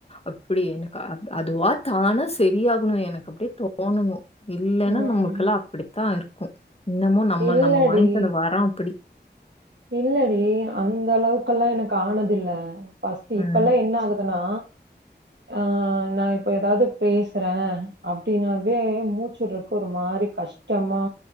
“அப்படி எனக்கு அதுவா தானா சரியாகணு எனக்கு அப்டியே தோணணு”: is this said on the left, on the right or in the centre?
Left